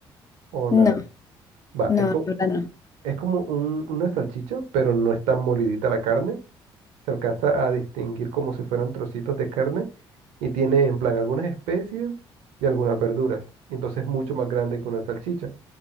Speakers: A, on the right (about 70°); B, on the left (about 25°).
A: o nada?
B: No,
A: Va,
B: no,
A: es, co-
B: la verdad no.
A: es como un- una salchicha, pero no es tan molidita la carne, se alcanza a distinguir como si fueran trocitos de carne y tiene en plan algunas especies y algunas verduras, y entonces es mucho más grande que una salchicha.